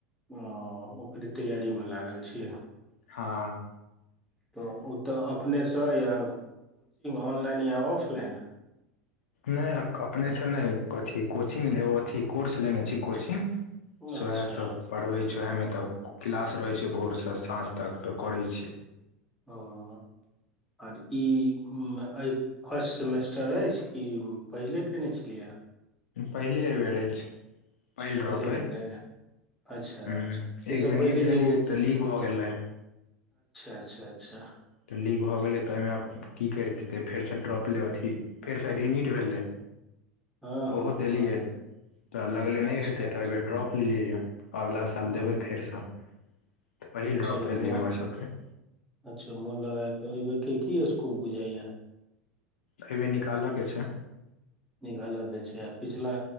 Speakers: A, in the centre; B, on the left.
A: ओ ओकरे तैयारीमे लागल छी।
B: हँ।
A: तऽ ओ तऽ अपनेसँ या, ऑनलाइन या ऑफलाइन।
B: नहि अपनेसँ नहि अथि कोचिंग अथि कोर्स लेने छी कोचिङ्ग। सएह
A: अच्छा
B: सब। पढ़बै छ ओएहमे तऽ क्लास रहै छै भोरसँ साँझ तक त करै छियै।
A: हं आर ई फर्स्ट सेमेस्टर अछि कि पहिले कयने छलियै
B: पहिले एबेर अछि। पहिल ड्रॉप
A: पहिले
B: अइ
A: बेर अछि। अच्छा एहिसँ
B: ह एक बेर नीट
A: पहिले
B: देलियै
A: जे ओ
B: तऽ
A: अच्छा
B: लीक भऽ गेल रहै
A: अच्छा अच्छा अच्छा।
B: तऽ लीक भऽ गेलै तऽ ओहिमे आब की करितै फेरसँ ड्रॉप ले अथि फेरसँ रीनीट भेलै?
A: हँ
B: तऽ
A: हँ
B: ओहो देलियै
A: हँ
B: तऽ लगले
A: अच्छा
B: नहि हेतै तऽ एहि बेर ड्रॉप लेलियैए। अगिला साल
A: हँ
B: देबै फेरसँ तऽ पहिल
A: चलू
B: ड्रॉप एलै
A: म
B: हमर सबके।
A: अच्छा मोन लगा के, एहिबेर के की स्कोप बुझैये।
B: एहिबेर निकालयके छै।
A: निकालयके छै आ पिछला